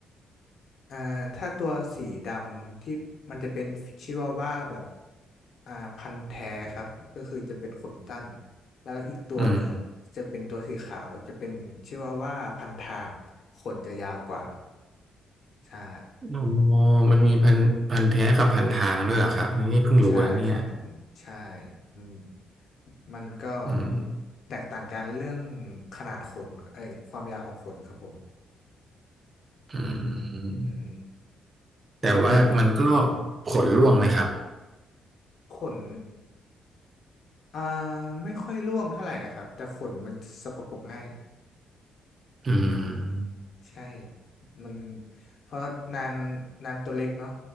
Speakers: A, on the left (about 60°); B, on the right (about 40°).
A: อ่าถ้าตัวสีดำที่มันจะเป็นชิวาว่าแบบอ่าพันธุ์แท้ครับก็คือจะเป็นขนสั้นแล้วก็อีกตัวหนึ่งอะจะเป็นตัวสีขาวจะเป็นชิวาว่าพันทางขนจะยาวกว่า
B: อืม
A: ใช่
B: อ๋อมันมีพันธุ์พันธุ์แท้กับพันธุ์ทางด้วยเหรอครับอันนี่เพิ่งรู้นะเนี่ย
A: ใช่ครับผมใช่อืมมันก็
B: อืม
A: แตกต่างกันเรื่องขนาดขนเอ้ยความยาวของขนครับผม
B: อืม
A: อืมปกติเนี่ย
B: แต่ว่ามันก็ผลร่วงไหมครับ
A: ขน อ่าไม่ค่อยร่วงเท่าไหร่นะครับแต่ขนมันสกปรกง่าย
B: อืม
A: ใช่มันเพราะนางนางตัวเล็กเนาะ